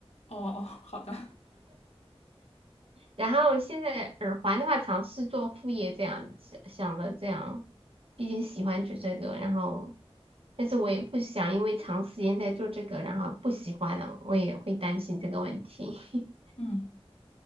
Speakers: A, on the left; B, on the right.
A: 哦哦，好的，
B: 然后现在耳环的话，尝试做副业这样，想想着这样，毕竟喜欢做这个，然后，但是我也不想因为长时间在做这个，然后不喜欢了，我也会担心这个问题。<laughs>
A: 嗯。